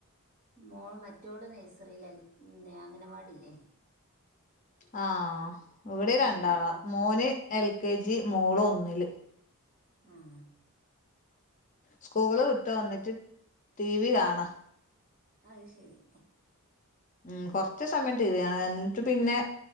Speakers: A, on the right; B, on the left.
A: മോള് മറ്റോള് നേഴ്സറിലല്ലേ അങ്ങനവാടിയില്ലേ
B: ആ ഇവിടേം
A: അംഗനവാടിയില്
B: രണ്ടാളാ മോന് എൽ കെ ജി മോള് ഒന്നില്
A: ഉം
B: സ്കൂള് വിട്ടുവന്നിട്ട് ടിവി കാണാ
A: അയ്ശെരി
B: ഉം കൊറച്ചുസമയം ടിവി കാണും എന്നിട്ടുപിന്നെ